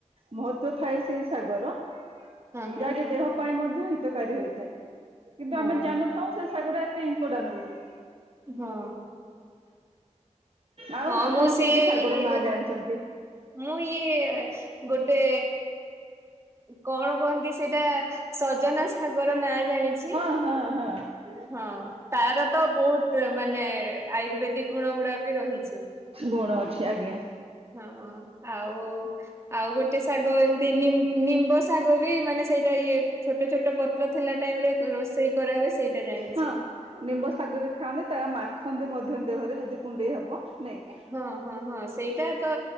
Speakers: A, on the right; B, on the right.
A: ମହତ୍ଵ ଥାଏ ସେଇ ଶାଗର ଯାହାକି
B: ହଁ ହଁ।
A: ଦେହ ପାଇଁ ମଧ୍ୟ ହିତକାରୀ ହୋଇଥାଏ। କିନ୍ତୁ
B: ହଁ
A: ଆମେ ଜାଣି ନଥାଉ ସେ ଶାଗଗୁଡା ଏତେ ଇମ୍ପୋଟାଣ୍ଟ୍ ବୋଲି।
B: ହଁ।
A: ଆଉ
B: ହଁ
A: ଆପଣ
B: ମୁଁ ସିଏ-ଏ-ଏ
A: କି କି ଶାଗର
B: ଇଏ-ଏ-ଏ
A: ନାଁ ଜାଣିଛନ୍ତି?
B: ମୁଁ ଇଏ-ଏ-ଏ ଗୋଟେ କଣ କୁହନ୍ତି ସେଇଟା ସଜନା ଶାଗର ନାଆଁ ଜାଣିଛି।
A: ହଁ-ହଁ।
B: ହଁ ତାର ତ ବହୁତ ମାନେ ଆୟୁର୍ବେଦିକ ଗୁଣ ଗୁଡା ବି ରହିଛି।
A: ଗୁଣ ଅଛି ଆଜ୍ଞା।
B: ହଁ ଆଉ ଆଉ ଗୋଟେ ଶାଗ ଏମ୍ ତି, ନିମ୍ ନିମ୍ବ ଶାଗ ବି ମାନେ ସେଇଟା ଇଏ ଛୋଟ ଛୋଟ ପତ୍ର ଥିଲା ଟାଇମରେ ରୋଷେଇ କରା ହୁଏ ସେଇଟା ଜାଣିଛି।
A: ହଁ ନିମ୍ବ ଶାଗ ବି ଖାଆନ୍ତି ତା ମାଖନ୍ତି ମଧ୍ୟ ଦେହରେ ଯଦି କୁଣ୍ଡେଇ ହବ। ନାଇଁକି।
B: ହଁ-ହଁ-ହଁ ସେଇଟା ତ